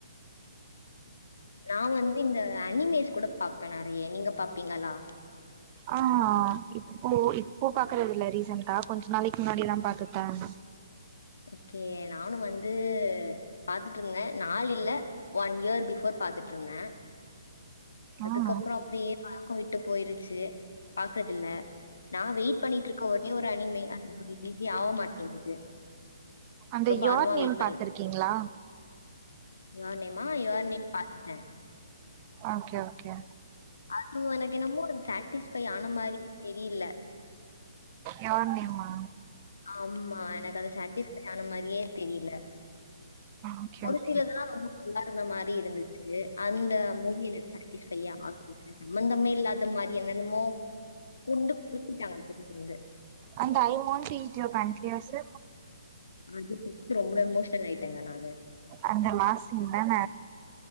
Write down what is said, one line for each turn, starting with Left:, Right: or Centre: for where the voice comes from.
Left: நா வந்து இந்த அனிமேஸ் கூட பாப்ப நெறைய நீங்க பாப்பீங்களா
Right: ஆ இப்போ இப்போ பாக்குறது இல்ல ரீசண்டா கொஞ்ச நாளைக்கு முன்னாடில்லா பாத்துட்டு தா இருந்த
Left: ஓகே நானு வந்து பாத்துட்ருந்த நாள் இல்ல ஒன் இயர் பிஃபோர் பாத்துட்ருந்த
Right: ஆ
Left: அதுக்கப்பறோ அப்டியே பழக்கோ விட்டு போய்ருச்சி பாக்குறதுல்ல நா வெய்ட் பண்ணிட்ருக்க ஒரே ஒரு அனிமை அது ஒரு இதி ஆக மாட்டேங்குது
Right: அந்த
Left: ரொம்ப
Right: யார்
Left: ஆர்வமா
Right: நேம்
Left: வெயிட்
Right: பாத்துருக்கீங்ளா
Left: யார் நேமா யார் நேம் பாத்துட்ட
Right: ஓகே ஓகே
Left: அது எனக்கு என்னமோ சட்டிஸ்பை ஆன மாரியே தெரில
Right: யார் நேமா
Left: ஆம்மா எனக்கு அது சட்டிஸ்பை ஆன மாரியே தெரில
Right: ஓகே
Left: ஒரு
Right: ஓகே
Left: சிலதெல்லா ரொம்ப நல்லா இருந்த மாரி இருந்துச்சு அந்த மூவி எனக்கு சட்டிஸ்பைய ஆகு சம்மந்தமே இல்லாத மாரி என்னென்னமோ கொண்டு குறிப்பிட்டாங்க <inaudible> இருந்து
Right: அந்த ஐ மோன் டீ ஜோ கண்டின்யஸ்சு
Left: அது போ <inaudible> ரொம்ப எமோஷ்னல் ஆய்ட்டங்க நானு
Right: அந்த மாசிம் தான